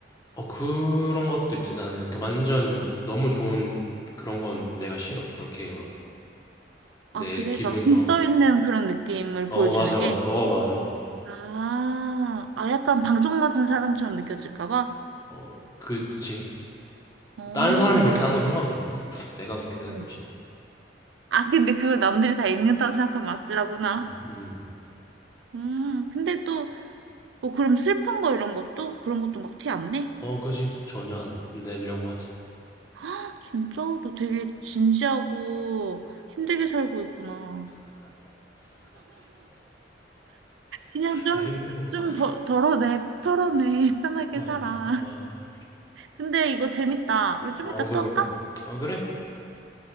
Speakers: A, on the left (about 20°); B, on the right (about 75°).
A: 어, 그런 것도 있지. 나는 이렇게 완전 너무 좋은 그런 건 내가 싫어. 그렇게 막, 내
B: 아, 그래?
A: 기분이,
B: 막 좀
A: 어,
B: 떠 있는 그런 느낌을
A: 어,
B: 보여주는
A: 맞아,
B: 게?
A: 맞아, 어, 맞아, 어,
B: 아, 아, 약간 방정 맞은 사람처럼 느껴질까 봐?
A: 어, 그치.
B: 어.
A: 뭐 다른 사람이 그렇게 하는 건 상관없는데 내가 그렇게 되는
B: 어.
A: 건 싫어.
B: 아, 근데 그걸 남들이 다 읽는다고 생각하면 아찔하구나.
A: 어, 음.
B: 음, 근데 또, 뭐, 그럼 슬픈 거 이런 것도? 그런 것도 막 티 안 내?
A: 어, 그지. 전혀 안 내려고 하지.
B: <gasps> 아 진짜? 너 되게 진지하고 힘들게 살고 있구나. 그냥 좀,
A: 아, 힘든 건가?
B: 좀 더, 덜어내, 털어내. <laughs> 편하게
A: 아,
B: 살아.
A: 아.
B: 근데 이거 재밌다. 우리 좀
A: 어,
B: 이따
A: 그러니까.
B: 또 할까?
A: 아, 그래?